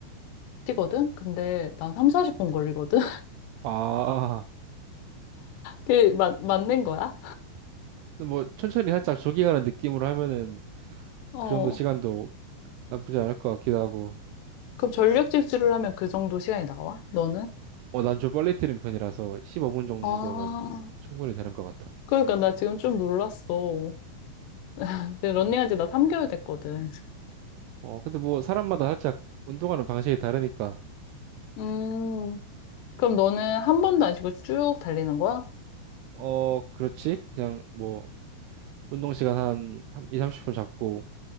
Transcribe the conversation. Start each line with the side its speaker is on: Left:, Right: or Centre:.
Left: 뛰거든? 근데 난 3, 40분 걸리거든?
Right: 아,
Left: 그, 맞, 맞는 거야?
Right: 근데 뭐 천천히 살짝 조깅하는 느낌으로 하면은
Left: 어.
Right: 그 정도 시간도 나쁘지 않을 것 같기도 하고.
Left: 그럼 전력 질주를 하면 그 정도 시간이 나와? 너는?
Right: 어, 난 좀 빨리 뛰는 편이라서 15분 정도면
Left: 아,
Right: 충분히 되는 것 같아.
Left: 그러니까 나 지금 좀 놀랐어. 근데 런닝한
Right: 음.
Left: 지 나 3개월 됐거든.
Right: 어, 근데 뭐 사람마다 살짝 운동하는 방식이 다르니까.
Left: 음, 그럼 너는 한 번도 안 쉬고 쭉 달리는 거야?
Right: 어, 그렇지. 그냥 뭐 운동 시간 한 2, 30분 잡고